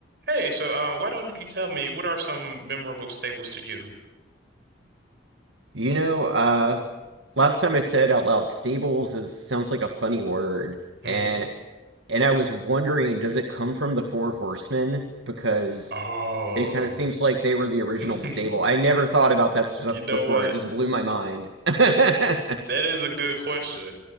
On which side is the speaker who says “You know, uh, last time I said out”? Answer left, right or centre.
Right